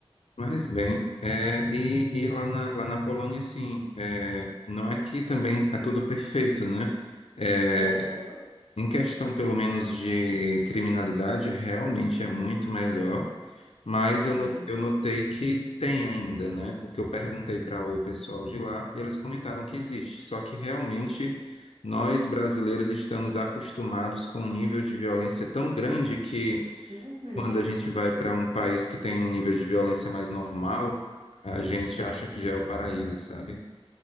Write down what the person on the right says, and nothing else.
Aham,
sim.
Uhum.